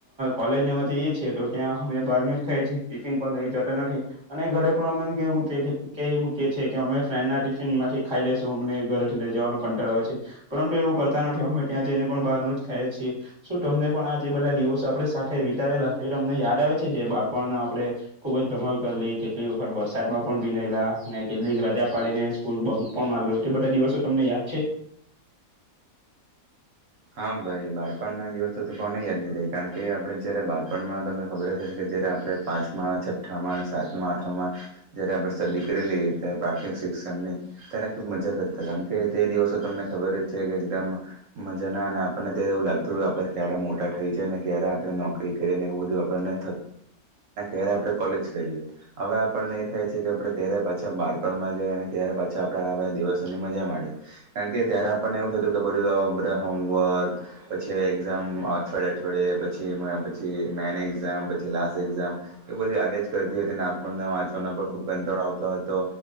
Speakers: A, on the right; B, on the right.
A: કોલેજમાં જઈએ છીએ તો ત્યાં અમે બહાર ન જ ખાયએ છીએ ટિફિન પણ લઈ જ અને ઘરે પણ અમે કેવ મએ મકીએ છી કે અમે ફ્રેન્ડ ના ટિફિન માંથી ખાઈ લેશું ઘરેથી લઈ જવા કટ આવે છે પરંતુ એવું કરતા નથી અમે ત્યાંને પણ બહાર ન જ ખએ છીએ તમને પણ આ જે બધા દિવસો આપણે સાથે વિતાવેલા એ તમને યાદ આવે છે જે બાળપણના આપણે ખૂબ જ ધમાલ કરલી કેટલીક વખત વરસાદમાં પણ ભીનેયલા ને કેટલીક રજા પાડીને સ્કૂલ બંક પણ મા બધા દિવસો તમને યાદ છે
B: હા ભાઈ બાળપણ ના દિવસ તો કોને યાદ નહી ર કારણ કે આપડે જયારે બાળપણમાં તને ખબર હશે કે આપણે પાંચમાં છઠ્ઠામાં સાત આઠમાં જયારે આપણે સ્ટડી કરી લઈએ ત્યારે પ્રાથમિક શિક્ષણ ત્યારે ખબ મજા કરતા કારણ કે તે દિવસો તમને ખબર જ છે કે એકદમ જેના અને આપણને ત્યારે એવું લાગતું હત કે આપણે ક્યારે મોટા થઈ જાય ને ક્યારે આપણે નોકરી કરીએ ને એવું બધું આપણને ્યારે આપ કોલેજ કરી હવે આપને એ થાય છે કે આપ ક્યારે પાછા બળપણમાં ત પાછી આપડે દિવસોની મજા મળ કારણ કે ત્યારે આપણને એવું થતું કબડ હોમવર્ક પછી એક્ઝામ અઠવાડિયા અઠવાડિયે પછી પછી મેન એક્ઝામ પ લ એઝામ એ બધી આવ્યા જ કરતી હતી આપણને વાંચવાનો પણ ખુબ કંતર આવતો હતો